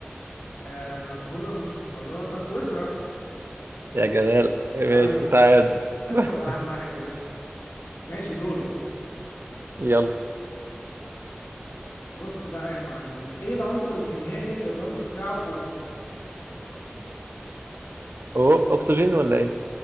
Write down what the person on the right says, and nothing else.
يا جمالك ماشي
تعال
<laughs>
يلا
أوه أكسجين ولا إيه